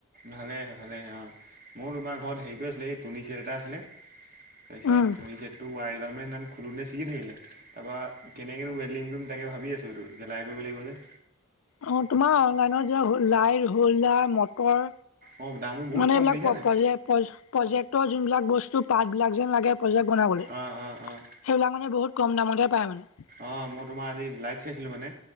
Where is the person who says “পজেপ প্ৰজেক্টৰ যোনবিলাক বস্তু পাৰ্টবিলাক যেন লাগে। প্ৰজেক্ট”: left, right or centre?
Left